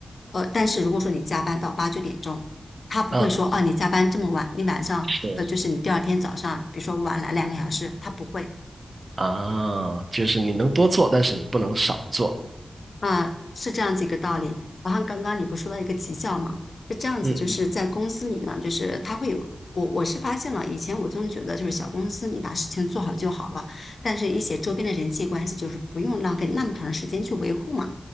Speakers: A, on the left; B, on the right.
A: 呃，但是如果说你加班到八九点钟，他不会说哦，
B: 嗯，
A: 你加班这么晚，你晚上呃，
B: 是
A: 就是你第二天早上，比如说晚来两个小时，他不会
B: 啊，就是你能多做，但是你不能少做。
A: 啊，是这样子一个道理。然后刚刚你不是说到一个绩效嘛，是这样子，
B: 嗯嗯，
A: 就是在公司里呢，就是他会有个我我是发现了，以前我总觉得就是小公司你把事情做好就好了，但是一些周边的人际关系就是不用浪费那么长的时间去维护嘛。